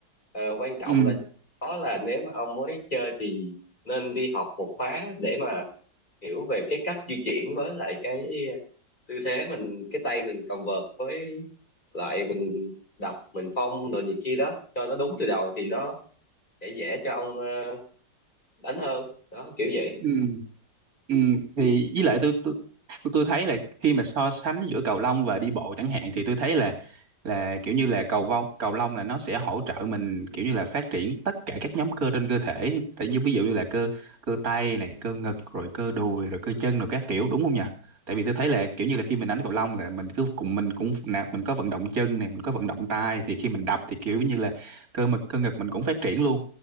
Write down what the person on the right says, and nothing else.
ừ
ừ Ừ, thì với lại tôi tôi tôi tôi thấy là khi mà so sánh giữa cầu lông và đi bộ chẳng hạn thì tôi thấy là là kiểu như là cầu vông cầu lông là nó sẽ hỗ trợ mình kiểu như là phát triển tất cả các nhóm cơ trên cơ thể tại như ví dụ như là cơ cơ tay này cơ ngực rồi cơ đùi rồi cơ chân rồi các kiểu đúng không nhỉ tại vì tôi thấy là kiểu như là khi mình đánh cầu lông là mình cứ cùng mình cũng nạp mình có vận động chân này mình có vận động tay thì khi mình đập thì kiểu như là cơ mực cơ ngực mình cũng phát triển luôn